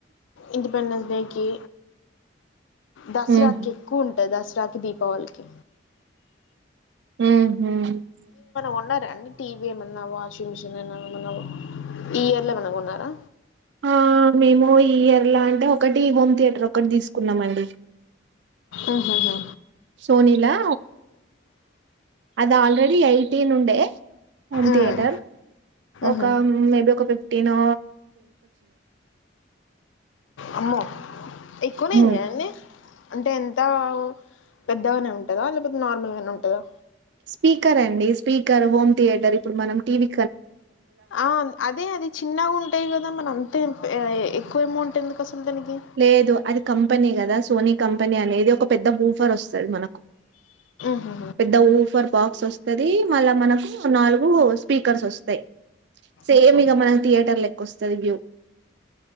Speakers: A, on the left (about 80°); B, on the right (about 60°).
A: ఇండిపెండెన్స్ డేకి దసరాకి
B: ఉమ్
A: ఎక్కువ ఉం దసరా కి దీపావళకి
B: ఉం
A: కొన్నారా టీవీ ఏమన్నా వాషింగ్ మిషన్ ఏమన్నా ఈ ఇయర్ లో ఏమన్నా కోన్నారా
B: ఆ మేము ఈ ఇయర్ల అంటే ఒకటి వం థియేటర్ ఒకటి తీసుకున్నామండి
A: ఉ హు హు
B: సోనీలా అది ఆల్రెడీ ఎయిటీన్ ఉండే హోమ్
A: మ్మ్.
B: థియేటర్ ఒక
A: మ్హూ.
B: మే బి ఒక తిను
A: అమ్మో ఎక్కువనే అయింది
B: ఉమ్
A: కదండీ అంటే ఎంత ఓ పెద్దగానే ఉంటందా లేకపోతే నార్మల్ గానే ఉంటదా
B: స్పీకర్ అండి స్పీకర్ హోమ్ థియేటర్ ఇప్పుడు మనం టీవీ
A: ఆ అదే అది చిన్నగా ఉంటాయి కదా మన అంతే ఎక్కువ అమౌంట్ ఎందుకు అసలు దానికి
B: లేదు అది కంపెనీ కదా సోని కంపెనీ అనేది ఒక పెద్ద ఊఫర్ వస్తుంది మనకు
A: మ్హూ.
B: పెద్ద ఊఫర్ బాక్స్ వస్తది మళ్ళ మనకు నాలుగు స్పీకర్స్ వస్తయి. సేమ్
A: అచ్చా
B: ఇక
A: మ్హూ.
B: మనకి థియేటర్ లెక్కు వస్తుంది వ్యూ